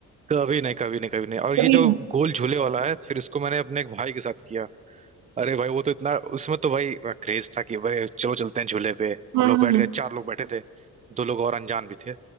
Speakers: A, on the right; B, on the right.
A: कभी नहीं कभी नहीं कभी नहीं और
B: कभी
A: ये जो
B: नहीं
A: गोल झूले वाला है फिर इसको मैंने अपने एक भाई के साथ किया अरे भाई वो तो इतना उसमें तो भाई क्रेज था कि भाई चलो चलते हैं झूले पे
B: हम्म
A: हम लोग बैठ
B: हम्म,
A: गए चार लोग बैठे थे दो लोग और अनजान भी थे